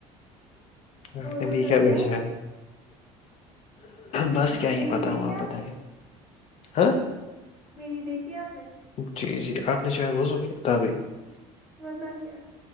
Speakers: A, on the left; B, in the centre.
A: آپ
B: اور
A: نے
B: بتائیے
A: بھی کیا بھیجا
B: آپ
A: ہے بس کیا ہی
B: میری
A: پتا
B: دیکھی
A: ہوں آپ بتایئے
B: نے
A: ہاں
B: میری دیکھی آپ نے
A: جی جی آپ نے شاید وضو کیا تھا ابھی
B: ورنہ کیا